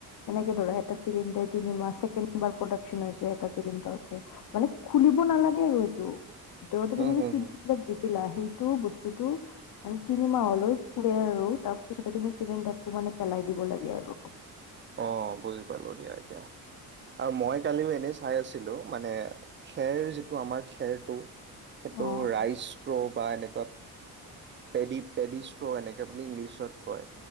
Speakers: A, on the left; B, on the right.
A: এনেকে ধৰা এটা চিলিণ্ডাৰ তিনিমাহ ছেকেবাৰ প্ৰডাকচন হৈছে এটা চিলিণ্ডাৰতে, মানে খুলিব নালাগে আৰু এইটো। ভিতৰতে
B: হম,
A: তুমি যে
B: হম,
A: চিতবিলাক
B: হম,
A: দিছিলা। সেইটো বচ স্তুটো মানে তিনিমাহলৈ ফুৰে আৰু তাৰ পিছতে তুমি চিলিণ্ডাৰটো মানে পেলাই দিব লাগে আৰু।
B: অ বুজি পালো দিয়া এতিয়া আৰু মই কালিও এনেই চাই আছিলো মানে খেৰ যিটো আমাৰ খেৰটো সেইটো
A: অ
B: ৰাইচ প্ৰ বা এনেকুৱা পে পেডি্ষ্ট এনেকে বুলি ইংলিছত কয়।